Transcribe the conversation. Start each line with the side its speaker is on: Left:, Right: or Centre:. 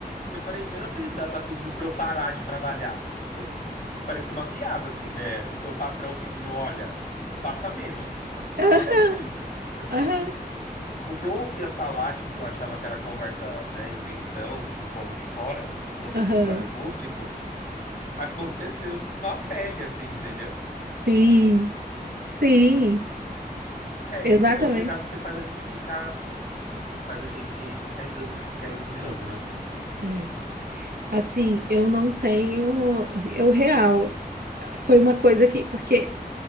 Left: Eu falei, eu não acredito que ela tá pedindo pra eu parar de trabalhar. Eu, isso parecia uma piada, assim, né? O seu patrão pedindo, olha, faça menos,
Right: <laughs>
Left: tá fazendo muito. Eu falei,
Right: Aham,
Left: gente. O que eu ouvia falar, tipo, que eu achava que era conversa, né, invenção do povo de fora sobre
Right: aham.
Left: funcionário público, aconteceu na pele, assim, entendeu?
Right: Sim, sim,
Left: É,
Right: exatamente.
Left: isso é complicado porque faz a gente ficar, faz a gente ficar em dúvida se quer isso de novo, né?
Right: É. Assim, eu não tenho. Eu real. Foi uma coisa que. Porque